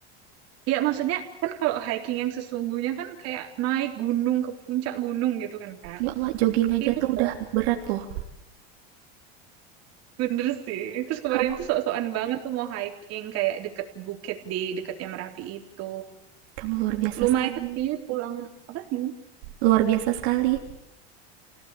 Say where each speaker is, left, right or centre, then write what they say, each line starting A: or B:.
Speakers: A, on the right; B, on the right.
A: Iya, maksudnya kan kalau hiking yang sesungguhnya kan kayak naik gunung ke puncak gunung gitu kan, Kak.
B: Ya Allah, jogging aja
A: Ini
B: tuh
A: Kayak,
B: udah berat loh.
A: bener sih. Terus kemarin
B: Kamu
A: tuh sok-sokan banget tuh mau hiking kayak deket bukit di deketnya Merapi itu.
B: kamu luar biasa
A: Lumayan
B: sekali
A: sih pulang apa gimana?
B: luar biasa sekali.